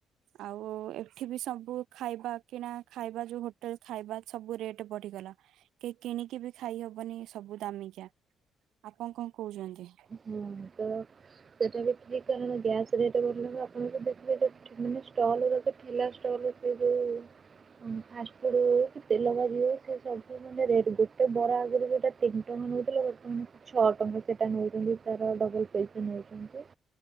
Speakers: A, on the right; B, on the right.
A: ଆଉ ଏଠି ବି ସବୁ ଖାଇବା କିଣା ଖାଇବା ଯୋଉ ହୋଟେଲ ଖାଇବା ସବୁ ରେଟ୍ ବଢିଗଲା, କେହି କିଣିକି ବି ଖାଇହବନି ସବୁ ଦାମୀ କିଆ, ଆପଣ କଣ କହୁଚନ୍ତି?
B: ହୁଁ, ତ ସେଇଟା ବି ଠିକ୍ କାରଣ ଗ୍ୟାସ ରେଟ୍ ବଢ଼ିଲାଣି ଆପଣ <unintelligible> ଦେଖିବେ ମାନେ ଷ୍ଟଲ୍ <unintelligible> ଠେଲା ଷ୍ଟଲ୍ <unintelligible> ଫାଷ୍ଟ ଫୁଡ୍ ହଉ ତେଲ ଭାଜି ହଉ ସେ ସବୁ ମାନେ ରେଟ୍, ଗୋଟେ ବରା <unintelligible> ତିନି ଟଙ୍କା ନଉଥିଲେ ବର୍ତ୍ତମାନ ଛଅ ଟଙ୍କା ସେଟା ନଉଚନ୍ତି ତାର ଡବଲ୍ ପଇସା ନଉଚନ୍ତି।